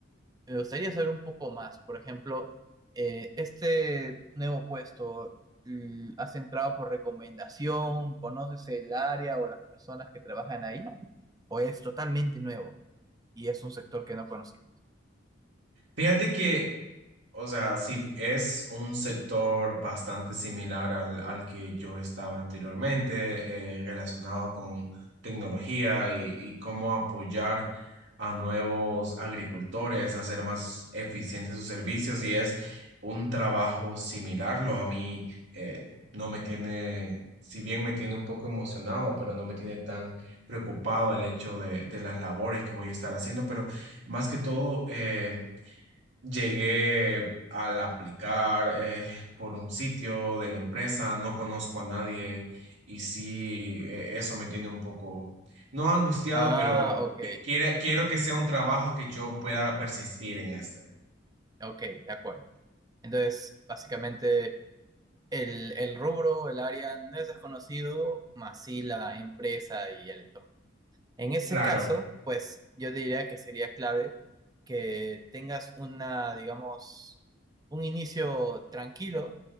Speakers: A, on the right; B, on the right.
A: me gustaría saber un poco más. Por ejemplo, eh, este nuevo puesto, mm, ¿has entrado por recomendación? ¿Conoces el área o las personas que trabajan ahí? ¿O es totalmente nuevo y es un sector que no conocimos?
B: Fíjate que O sea, si es un sector bastante similar al, al que yo estaba anteriormente, eh, relacionado con tecnología y, y cómo apoyar a nuevos agricultores a hacer más eficientes sus servicios, y es un trabajo similar, lo a mí eh, no me tiene, si bien me tiene un poco emocionado, pero no me tiene tan preocupado el hecho de, de las labores que voy a estar haciendo, pero más que todo... eh, Llegué al aplicar eh, por un sitio de la empresa, no conozco a nadie y sí, eh, eso me tiene un poco, no angustiado,
A: Ah,
B: pero
A: ok,
B: qui- quiere- quiero que sea un trabajo que yo pueda persistir en este.
A: ok, de acuerdo. Entonces, básicamente, el, el rubro, el área no es desconocido, más sí la empresa y el entorno. En ese
B: Claro,
A: caso, pues yo diría que sería clave que tengas una, digamos, un inicio tranquilo